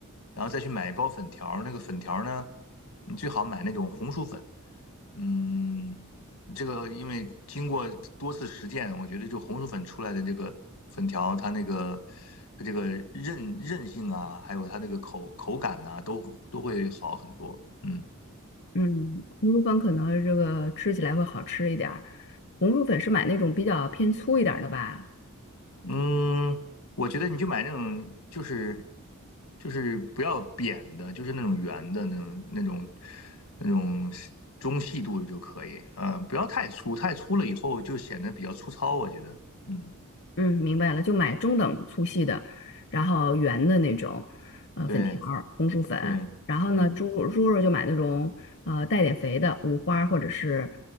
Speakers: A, on the left (about 75°); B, on the left (about 50°).
A: 然后再去买一包粉条儿，那个粉条儿呢，你最好买那种红薯粉。嗯，这个因为经过多次实践，我觉得就红薯粉出来的这个粉条，它那个它这个韧韧性啊，还有它那个口口感呐、都都会好很多。嗯。
B: 嗯，红薯粉可能这个吃起来会好吃一点儿。红薯粉是买那种比较偏粗一点儿的吧？
A: 嗯，我觉得你就买那种，就是就是不要扁的，就是那种圆的那种那种那种中细度的就可以，呃，不要太粗，太粗了以后就显得比较粗糙，我觉得，嗯，
B: 嗯，明白了，就买中等粗细的，然后圆的那种，呃，
A: 对
B: 粉条儿红薯粉。
A: 对，
B: 然后呢，
A: 嗯，
B: 猪肉猪肉就买那种，呃，带点肥的，五花或者是